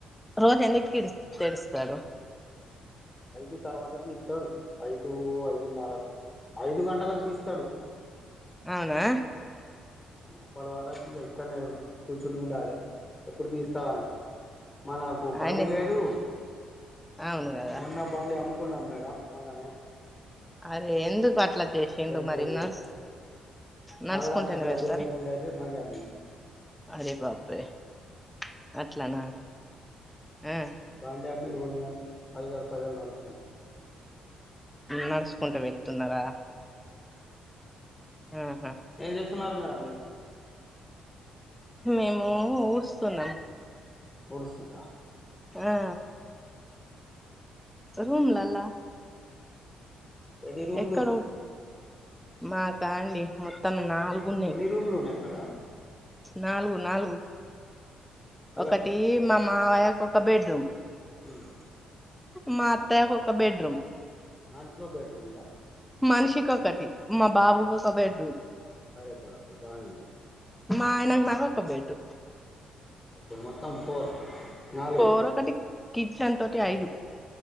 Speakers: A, in the centre; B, on the left.
A: రోజా అన్నిటికి ఏడుస్తాడు
B: ఐదు తర్వాత తీస్తాడు ఐదు ఐదున్నర ఐదు గంటలకు తీస్తాడు
A: అవునా
B: అప్పటి వరకు ఇక్కడనే కూర్చుని ఉండాలి ఎప్పుడు తీస్తాల అని మనకు బండి
A: అయనే
B: లేదు
A: అవును కదా
B: ఉన్నప్పు బండి అమ్ముకున్నాం మేడం మొననే
A: అరే ఎందుకు అట్లా చేసిండ్రు
B: రెండు
A: మరి
B: రోజులు
A: నడుస్
B: అయితాంది
A: నడుచుకుంటేనే
B: తాగడానికి డబ్బులు
A: వెళ్తారు
B: లేకుండా అయితే బండి అమ్మి
A: అరే బాబ్ రే ‌ అట్లానా ఆ
B: బాండి అమ్మి రోడ్డు మీద పైదాలు పైదాలు నడుస్తాను
A: నడుసుకుంటా వెళ్తున్నారా ఆహా.
B: ఏం చేస్తున్నారు మేడం మీరు.
A: మేము ఊడుస్తున్నాం
B: వుడుస్తుండ్రా
A: ఆ రూమ్లాల
B: ఎన్ని రూమ్లు
A: ఎక్కడో
B: ఉన్నాయి
A: మాకా అండి మొత్తం నాలుగు ఉన్నాయి
B: మీ రూమ్లు ఎన్ని ఉన్నాయి మేడమ్
A: నాలుగు నాలుగు
B: హలో
A: ఒకటి మమ్ మా వయకు ఒక బెడ్రూమ్
B: హ్మ్మ్
A: మా అత్తయ్యకు ఒక బెడ్రూమ్
B: వానికో బెడ్రూమ్ ఉందా
A: మనిషిక ఒకటి మా బాబుకు ఒక బెడ్రూమ్
B: అరే బాపు బాగు.
A: మా ఆయనకు నాక ఒక బెడ్.
B: ఓకే మొత్త ఫోర్ నాలుగు
A: ఫోర్ ఒకటి కిచెన్ తోటి ఐదు.